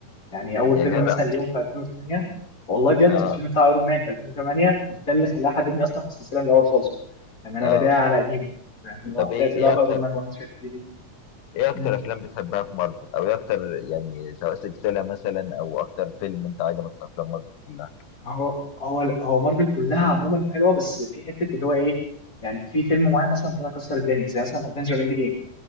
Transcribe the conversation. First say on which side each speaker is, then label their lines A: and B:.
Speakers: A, on the left (about 25°); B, on the left (about 75°).
A: يعني اول
B: يا
A: فيلم
B: جدع
A: مثلا ليهم في 2008 والله بجد
B: اه
A: الفيلم بتاع ايرون مان في 2008 ده اللي خلاه حببني اصلا في السلسله من الاول خالص يعني انا
B: اه
A: بدايه على قديم فاهم اللي
B: طب
A: هو
B: ايه
A: بدات
B: ايه
A: بقى بايرون
B: اكتر
A: مان وان شدني
B: ايه اكتر
A: مم.
B: افلام بتحبها في مارفل او ايه اكتر يعني سواء سلسله مثلا او اكتر فيلم انت عجبك في افلام مارفل كلها
A: هو هو هو مارفل كلها عموما حلوه بس في حته اللي هو ايه يعني في فيلم معين مثلا طلع كسر الدنيا زي مثلا افنجر اند جيم